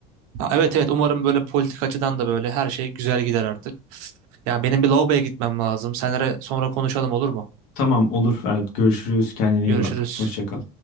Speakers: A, on the right; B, on the left.
A: Ha, evet evet umarım böyle politik açıdan da böyle her şey güzel gider artık. Yani benim bir lavaboya gitmem lazım. Senere sonra konuşalım olur mu?
B: Tamam olur Ferhat, görüşürüz. Kendine
A: Görüşürüz.
B: iyi bak. Hoşça kal.